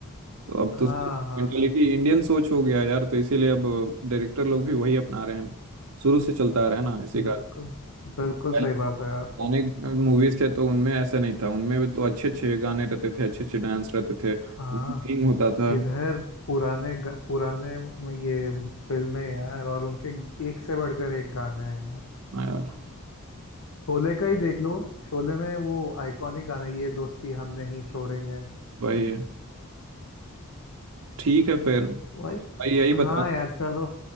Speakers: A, on the right (about 75°); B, on the left (about 70°).
A: तो अब
B: हाँ
A: तो
B: हाँ
A: मेंटेलिटी
B: हाँ
A: इंडियन सोच हो गया यार तो इसीलिए अब डायरेक्टर लोग भी वही अपना रहे हैं शुरू से चलता आ रहा है ना इसी का
B: बिल्कुल बिल्कुल
A: पहले
B: सही बात है यार
A: पुराने मूवीज थे तो उनमें ऐसा नहीं था उनमें भी तो अच्छे अच्छे गाने रहते थे अच्छे अच्छे डांस रहते थे
B: हाँ
A: singing होता था
B: किधर पुराने ग- पुराने म- ये फिल्में यार और उनके एक से बढ़कर एक गाने हैं यार
A: हाँ यार
B: शोले का ही देख लो शोले में वो आइकॉनिक गाना ये दोस्ती हम नहीं छोड़ेंगे
A: वही है ठीक है फिर
B: वही
A: भाई यही
B: हाँ
A: बता
B: यार चलो